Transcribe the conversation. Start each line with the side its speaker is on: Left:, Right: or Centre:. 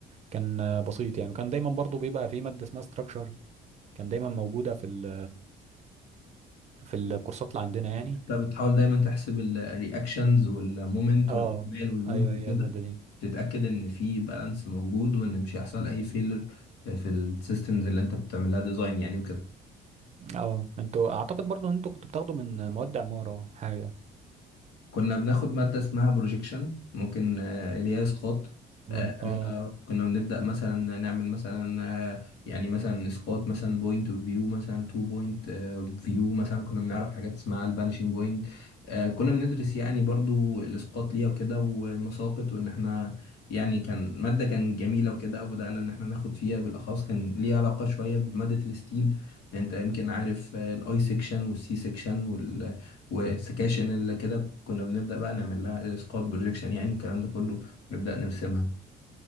Right: كان آه، بسيط يعني وكان دايما برضه بيبقى في ماده اسمها ستراكشر كان دايما موجوده في ال في الكورسات اللي عندنا يعني
Left: انت بتحاول دايما تحسب الرياكشنز والمومنت
Right: اه
Left: والاحتمال واللود
Right: ايوه
Left: وكده
Right: هي الماده دي
Left: تتاكد ان في بالانس موجود وان مش هيحصل اي فيلر في السيستمز اللي انت بتعمل لها ديزاين يعني وكده
Right: اه انتوا اعتقد برضو ان انتوا كنتوا بتاخدوا من مواد عمارة حاجة
Left: كنا بناخد مادة اسمها بروجيكشن ممكن آه، اللي هي اسقاط
Right: من
Left: آه،
Right: اه
Left: آه، كنا بنبدأ مثلا نعمل مثلا آه، يعني مثلا اسقاط مثلا بوينت اوف فيو مثلا تو بوينت فيو مثلا كنا بنعرف حاجات اسمها الفانشنج بوينت كنا بندرس يعني برضو الاسقاط ليها وكده والمساقط وان احنا يعني كان مادة كان جميلة وكده وبدأنا ان احنا ناخد فيها بالاخص كان ليها علاقة شوية بمادة الستيل يعني انت يمكن عارف الاي سيكشن والسي سيكشن وال والسكاشن اللي كده كنا بنبدأ بقى نعمل لها اسقاط بروجيكشن يعني الكلام ده كله نبدأ نرسمها